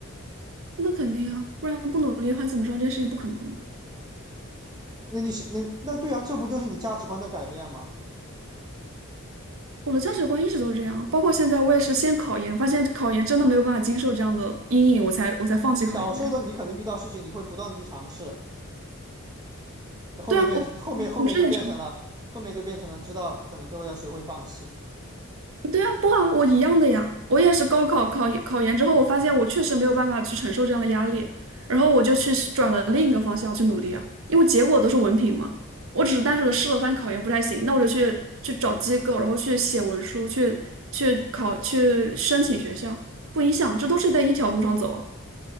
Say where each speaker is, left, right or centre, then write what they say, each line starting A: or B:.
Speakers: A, on the right; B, on the right.
A: 那肯定啊，不然不努力的话，你怎么知道这件事情不可能呢？
B: 那你是那那对啊，这不就是你价值观的改变吗？
A: 我的价值观一直都是这样，包括现在我也是先考研，发现考研真的没有办法经受这样的阴影，我才我才放弃考研的呀。
B: 小时候的你可能遇到事情，你会不断的去尝试，后面变成后面后面就变成了后面就变成了知道不可能之后要学会放弃。
A: 对啊，我我是也尝试对啊，不啊，我一样的呀，我也是高考考考研之后，我发现我确实没有办法去承受这样的压力，然后我就去转了另一个方向去努力啊，因为结果都是文凭嘛，我只是单纯的试了，发现考研不太行，那我就去去找机构，然后去写文书，去去考去申请学校，不影响，这都是在一条路上走啊，